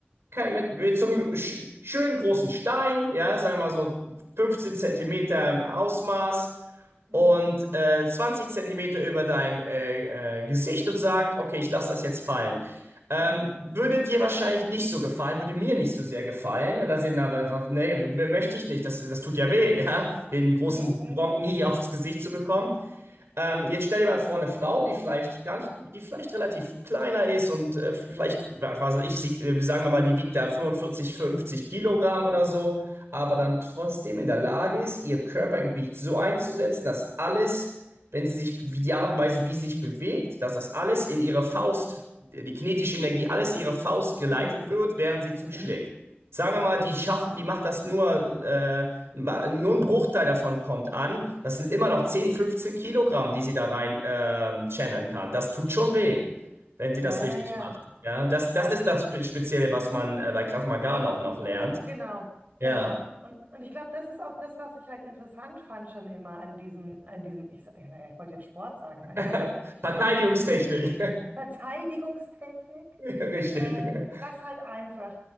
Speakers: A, on the right (about 85°); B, on the right (about 45°).
A: kein, mit, mit so einem sch schönen großen Stein, ja, sagen wir mal so 15 Zentimeter im Ausmaß,
B: mhm,
A: und äh, 20 Zentimeter über deinem äh, äh, Gesicht und sagt, okay, ich lasse das jetzt fallen. Ähm,
B: mhm,
A: würde dir wahrscheinlich nicht so gefallen, würde mir nicht so sehr gefallen. Und da sind aber einfach, nee, m- möchte ich nicht, das, das tut ja weh, ja? Den großen
B: mhm, mhm,
A: Brocken hier aufs Gesicht zu bekommen. Ähm, jetzt stell dir mal vor, eine Frau, die vielleicht gar nicht, die vielleicht relativ kleiner ist und äh, vielleicht, was weiß ich, sie, äh, sagen wir mal, die wiegt da 45, 50 Kilogramm oder so, aber dann trotzdem in der Lage ist, ihr Körpergewicht so einzusetzen, dass alles, wenn sie sich, wie die Art und Weise, wie sie sich bewegt, dass das alles in ihre Faust, äh, die kinetische Energie, alles in ihre Faust geleitet
B: mhm.
A: wird, während sie zuschlägt.
B: mhm.
A: Sagen wir mal, die schafft, die macht das nur äh, ma- nur ein Bruchteil davon kommt an. Das sind immer noch 10, 15 Kilogramm, die sie da rein ähm, channeln kann. Das tut schon weh, wenn sie
B: Ja,
A: das richtig
B: ja, ja,
A: macht. Ja, das, das
B: ja,
A: ist das Spe- Spezielle, was man äh, bei Krav Maga noch, noch lernt.
B: genau,
A: Ja.
B: genau. Und, und ich glaube, das ist auch das, was ich halt interessant fand schon immer an diesem, an diesem, ich, sa- naja, ich wollte jetzt Sport sagen, an
A: <laughs>
B: dieser
A: Verteidigungstechnik.
B: Training, Verteidigungstechnik,
A: <laughs> Richtig.
B: ähm, das halt einfach,